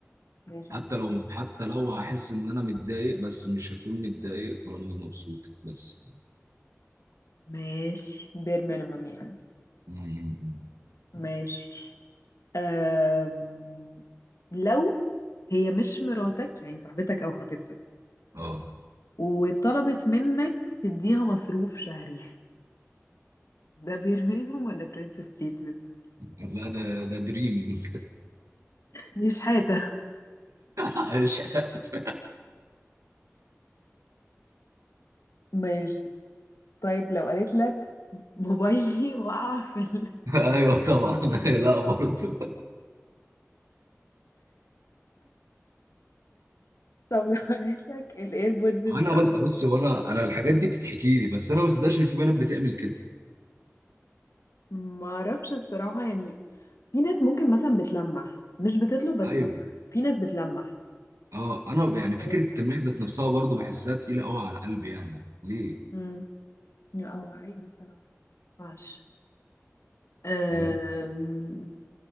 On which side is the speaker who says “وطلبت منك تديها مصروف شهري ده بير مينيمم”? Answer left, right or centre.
Left